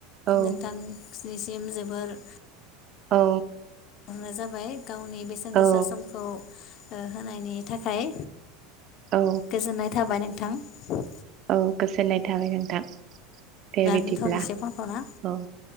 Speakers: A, on the right; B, on the left.
A: औ
B: नोंथां स्निसि इम जोबोर
A: औ।
B: हरनाय जाबाय। गावनि बेसेन गोसा
A: औ
B: समखौ ओ होनायनि थाखाय
A: औ
B: गोजोननाय थाबाय नों नोंथां।
A: औ गोजोननाय थाबाय नोंथां दे बिदिब्ला
B: दोनथ'नोसै फनखौ ना
A: औ